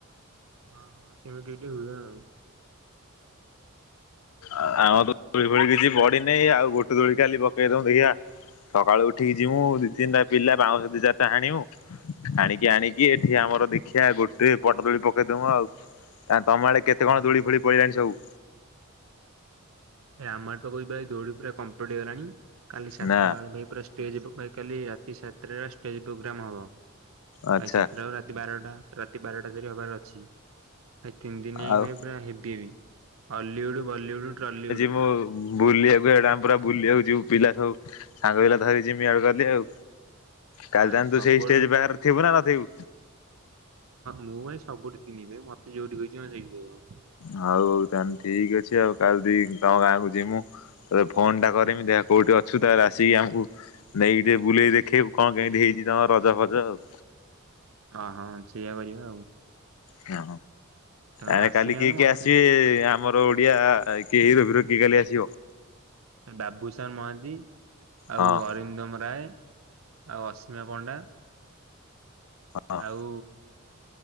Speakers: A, on the right (about 75°); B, on the left (about 80°).
A: ହଁ ହଁ ସେ ବି ଟିଏ ଟିଏ ହୁଏ ଆଉ।
B: ଆଉ ଆମର ତ ଦୋଳି ଫୋଳି କିଛି ପଡିିନାହିଁ ଆଉ ଗୋଟେ ଦୋଳି କାଲି ପକେଇ ଦମୁ ଦେଖିଆ ସକାଳୁ ଉଠିକି ଯିବୁ ଦି ତିନିଟା ପିଲା ବାଉଁଶ ଦି ଚାରିଟା ହାଣିମୁଁ ଆଣିକି ଆଣିକି ଏଠି ଆମର ଦେଖିଆ ଗୋଟେ ବଡ ଦୋଳି ପକେଇଦମୁଁ ଆଉ। ଆ ତମ ଆଡେ କେତେ କଣ ଦୋଳି
A: ହଁ
B: ଫୋଳି ପଇଲାଣି ସବୁ?
A: ଏ ଆମ ଆଡେ ପା କହୁଛି ଭାଇ ଦୋଳି ପୁରା କମ୍ପଲିଟ ହେଇଗଲାଣି କାଲି ସାତଟା
B: ନା
A: ବେଳ ପାଇଁ ପୁରା ଷ୍ଟେଜ୍ ପୋ କାଲି ରାତି ସାତଟାରେ ଷ୍ଟେଜ୍ ପ୍ରୋଗ୍ରାମ୍ ହବ। ଆଜି
B: ଆଚ୍ଛା
A: ସାତଟାରୁ ରାତି ବାରଟା ରାତି ବାରଟା ଯାକେ ହବାର ଅଛି। ଏ ତିନି ଦିନ
B: ଆଉ
A: <unintelligible> ଭାଇ ପୁରା ହେବି ଭାଇ ଅଲିଉଡ ବଲିଉଡ ଟଲିଉଡ। ହଁ
B: ମୁଁ ବୁଲିବାକୁ ଏଇଡା ଆମେ ପୁରା ବୁଲିବାକୁ ଯିବୁ ପିଲା ସବୁ ସାଙ୍ଗ ପିଲା ଧରିଛିି ଯିମିଆଉ କାଲି ଆଉ। କାଲି
A: ଭାଇ
B: ତାହେନେ
A: ସବୁଆଡୁ
B: ତୁ ସେଇ ଷ୍ଟେଜ
A: ଭାଇ ପୁରା
B: ପାଖରେ ଥିବୁ ନା ନଥିବୁ?
A: ମୁଁ ଭାଇ ସବୁଠି ଥିବି ଭାଇ ମତେ ଯୋଉଠି ଖୋଜିବ ସେଇଠି ମିଳିବ।
B: ହଉ ତାହେଲେ ଠିକ ଅଛି ଆଉ କାଲି ଦି ତମ ଗାଁକୁ ଯିମୁ ଥରେ ଫୋନ୍ଟା କରିମି ଦେଖ କୋଉଠି ଅଛୁ ତାହେଲେ ଆସିକି ଆମକୁ ନେଇକ ଟିକେ ବୁଲେଇ ଦେଖେଇବୁ କଣ କେମିତି ହେଇଚି ତମର ରଜ ଫଜ ଆଉ।
A: ହଁ ହଁ ଛେଇଆ କରିବା ଆଉ।
B: ହଁ
A: ତମେ
B: ଆ
A: ଆସିନା
B: କାଲି
A: ଭାଇ
B: କିଏ
A: ମତେ
B: କିଏ ଆସିବେ ଆମର ଓଡିଆ କିଏ ହିରୋ ଫିରୋ କିଏ କାଲି ଆସିବ।
A: ବାବୁଶାନ୍‌ ମହାନ୍ତି, ଆଉ
B: ହଁ
A: ଅରିନ୍ଦମ୍ ରାୟ, ଆଉ ଅସୀମା ପଣ୍ଡା
B: ହଁ
A: ଆଉ